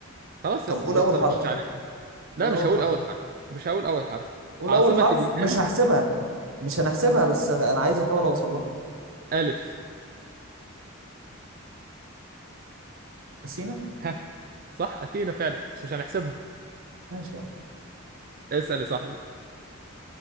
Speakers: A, on the right; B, on the right.
A: خلاص
B: طب
A: يا اسطى
B: قول اول
A: أنت
B: حرف
A: مش عارفها لا
B: قول
A: مش
B: اول
A: هقول
B: حرف
A: أول حرف مش هقول أول حرف
B: قول
A: عاصمة
B: اول حرف
A: اليونان
B: مش هحسبها مش هنحسبها بس انا عايز احاول اوصل لها
A: ألف
B: اثينا
A: ها صح أثينا فعلا بس مش هنحسبها
B: ماشي يعني
A: اسأل يا صاحبي